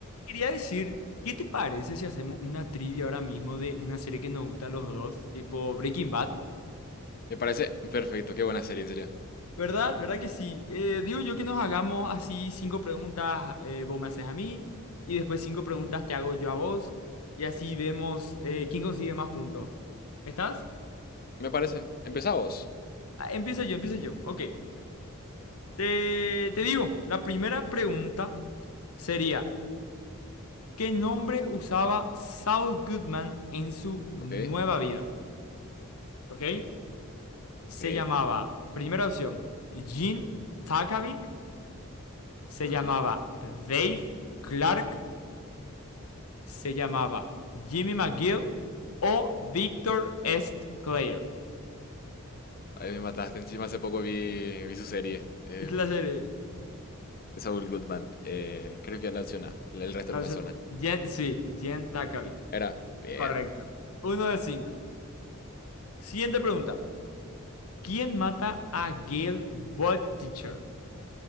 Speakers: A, on the left (about 85°); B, on the left (about 45°).
A: Quería decir, ¿qué te parece si hacemos una trivia ahora mismo de una serie que nos gusta a los dos, tipo Breaking Bad?
B: Me parece perfecto, qué buena serie, en serio.
A: ¿Verdad? ¿Verdad que sí? Eh, digo yo que nos hagamos así cinco preguntas, eh, vos me haces a mí, y después cinco preguntas te hago yo a vos, y así vemos eh, quién consigue más puntos. ¿Estás?
B: Me parece. Empezá vos.
A: Ah, empiezo yo, empiezo yo. Ok. Te, te digo, la primera pregunta sería, ¿qué nombre usaba Saul Goodman en su nueva
B: Ok,
A: vida? ¿Ok? se
B: ok,
A: llamaba, primera opción, Jim Takovic, se
B: ajá.
A: llamaba Dave Clark, se llamaba Jimmy McGill o Victor St. Clair.
B: Ahí me mataste. Encima hace poco vi, vi su serie. em,
A: Es la serie,
B: de Saul Goodman. Eh, creo que la opción A. El el resto
A: la
B: no
A: opción,
B: me suena.
A: Jen, sí, Jim Takovic.
B: Era. Bien,
A: Correcto. Uno de cinco. Siguiente pregunta. ¿Quién mata a Gail Butticher?